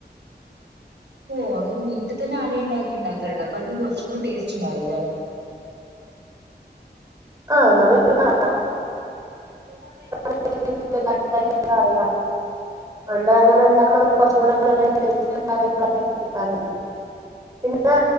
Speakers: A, on the right; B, on the right.
A: ഓഹ് അങ്ങനെ വീട്ട്തന്നെ അടയിണ്ടാക്കി ഇണ്ടാക്കല്ണ്ട് അപ്പൊ അതിന് കൊറച്ച്ക്കൂട് സ്റ്റ്ണ്ടാവല്ലോ ഉണ്ടാവുംല്ലേ
B: ആഹ് നമ്മള് എപ്പള് ആഹ്
A: ബഹ
B: <unintelligible> അറിയാം അഹ് എന്താ അങ്ങനെ ഇണ്ടാക്ക്ണെ <unintelligible> <unintelligible> കേക്കാറുണ്ട് പിന്നെ